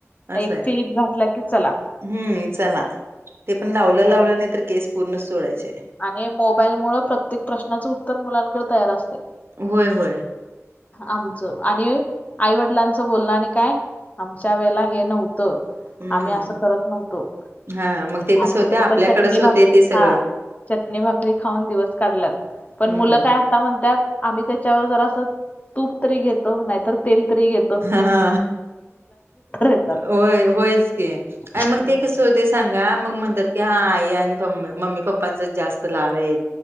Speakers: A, on the right; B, on the left.
A: असं
B: एक
A: हाय.
B: क्लिप घातला की चला
A: हम्म चला ते पण लावलं
B: हं.
A: लावलं नाही तर केस पूर्ण सोडायचे.
B: आणि मोबाईलमुळ प्रत्येक प्रश्नाचं उत्तर मुलांकड तयार आसतय.
A: होय होय.
B: आमचं आणि आईवडिलांचं बोलणं आणि काय आमच्या वेळेला हे नव्हतं,
A: हम्म
B: आम्ही असं करत नव्हतो,
A: हा मग ते कसं
B: आम्ही
A: होते
B: फक्त
A: आपल्याकडेच
B: चटणी
A: होते
B: भाकरी
A: ते सगळं
B: हा चटणी भाकरी खाऊन दिवस काढल्यात पण
A: हम्म
B: मुल काय आता म्हणतात आम्ही त्याच्यावर जरास तूप तरी घेतो नाहीतर तेल तरी घे
A: हा
B: येतात
A: होय होयच की आणि
B: हम्म.
A: मग ते कस होतय सांगा मग म्हणत्यात की हा आई आणि प् मम्मी पप्पांच जास्त लाड आहीत,